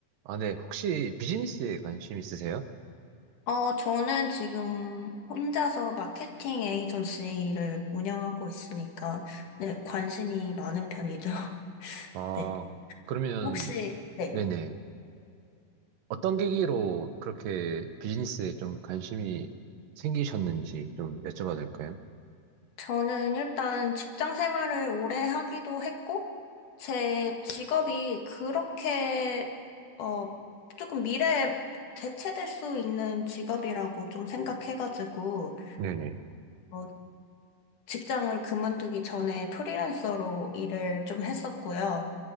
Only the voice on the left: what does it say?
어, 저는 지금 혼자서 마케팅 에이전시를 운영하고 있으니까, 네, 관심이 많은 편이죠. <laughs>
네.
혹시, 네.
저는 일단 직장 생활을 오래 하기도 했고, 제 직업이 그렇게, 어, 조금 미래에 대체될 수 있는 직업이라고 좀 생각해가지고,
어, 직장을 그만두기 전에 프리랜서로 일을 좀 했었고요.